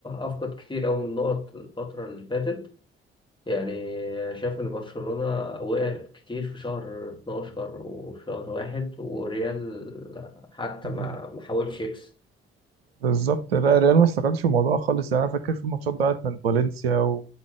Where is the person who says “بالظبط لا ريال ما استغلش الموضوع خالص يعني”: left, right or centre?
Right